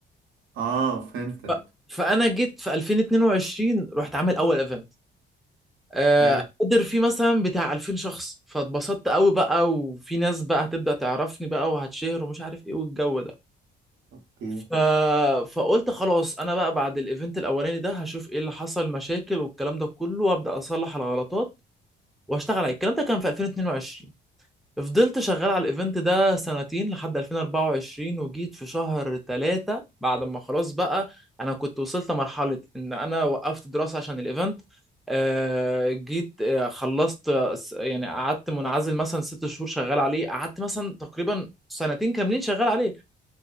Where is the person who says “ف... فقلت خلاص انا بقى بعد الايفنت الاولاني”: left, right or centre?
Centre